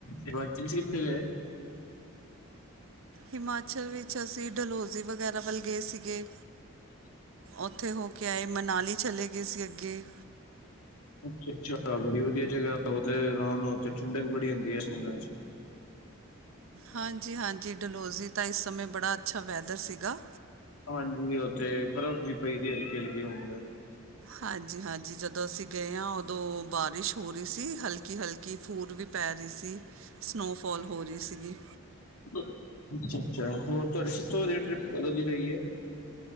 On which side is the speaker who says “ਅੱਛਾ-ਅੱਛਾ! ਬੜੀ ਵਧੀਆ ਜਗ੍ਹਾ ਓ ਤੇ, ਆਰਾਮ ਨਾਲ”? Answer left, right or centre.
Left